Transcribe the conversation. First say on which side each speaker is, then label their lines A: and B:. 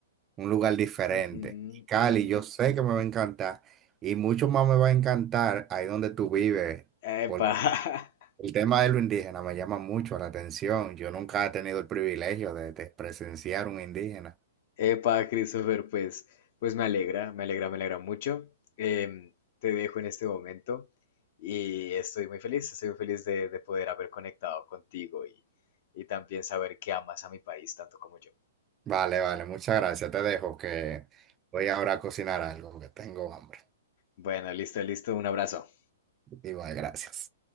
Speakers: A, on the right; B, on the left.
A: un lugar diferente.
B: Ujú,
A: Y Cali,
B: ujú.
A: yo sé que me va a encantar y mucho más me va a encantar ahí donde tú vives.
B: Epa.
A: Por
B: <laughs>
A: el tema de lo indígena me llama mucho la atención. Yo nunca he tenido el privilegio de, de presenciar un indígena.
B: Epa, Christopher, pues, pues me alegra, me alegra, me alegra mucho. Em, te dejo en este momento y estoy muy feliz, estoy muy feliz de, de poder haber conectado contigo y, y también saber que amas a mi país tanto como yo.
A: Vale, vale, muchas gracias. Te dejo que voy ahora a cocinar algo que tengo hambre.
B: Bueno, listo, listo, un abrazo.
A: Igual, gracias.